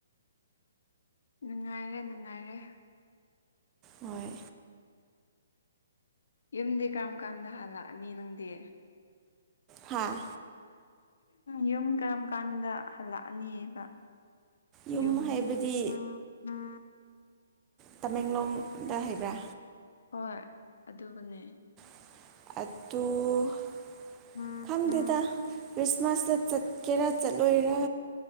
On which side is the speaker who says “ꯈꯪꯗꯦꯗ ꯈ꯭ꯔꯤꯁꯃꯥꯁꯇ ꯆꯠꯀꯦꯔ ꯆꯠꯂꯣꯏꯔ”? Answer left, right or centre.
Right